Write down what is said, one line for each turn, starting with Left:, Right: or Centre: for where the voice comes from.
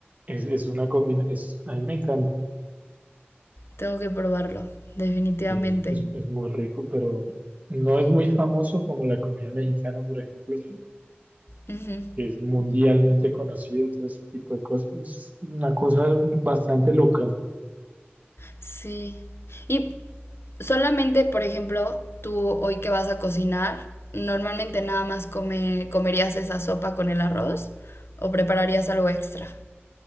Right: Es, es una combinación, a mí me encanta,
Left: Tengo que probarlo, definitivamente.
Right: es, es es muy rico, pero no es muy famoso como la comida mexicana, por ejemplo.
Left: Ujú.
Right: que es mundialmente conocido, todo este tipo de cosas, es una cosa bastante local.
Left: Sí. Y solamente, por ejemplo, tú hoy que vas a cocinar, normalmente nada más come- comerías esa sopa con el arroz o prepararías algo extra.